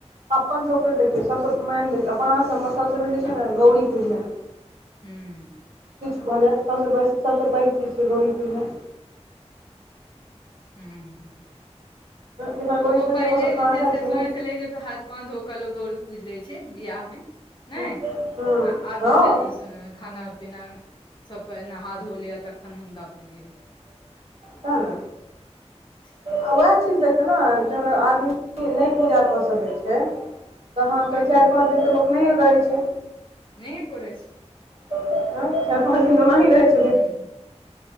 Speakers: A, on the right; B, on the left.
A: अपन सब के देखियौ सब सँ मेन देखौयो अपना सब मे सबसँ बेसी छै ने गौरी पूजनाइ
B: हूँ
A: किछु भऽ जाय सब सँ सब सबसँ पैघ कीछै गौरी पूजनाय
B: हूँ
A: बिना
B: ओहो
A: गौरी पूजने
B: पहिले
A: अपन सभ खाना
B: जे छै
A: खाइ
B: से
A: छियै
B: सुनै
A: ने
B: छलै जे हाथ पाँव धो कऽ लोक गौरी पूज लै छै बियाह मे नहि
A: हँ हँ
B: आ आब
A: सएह
B: जे छै से खाना पीना सभ से पहिले नहा धो लिय तखन हुनका पूजियो
A: सेह नऽ
B: <inaudible>
A: आ उएह चीज देखियौ नऽ जहन आदमी नहि पूजा कऽ सकै छै तऽ अहाँके चारि
B: ने
A: पाँच दिन तऽ लोक नहिए करै छै
B: नहि करे छै
A: ह तऽ चाईर पांच दिन त ओनाही रहे छै
B: हूं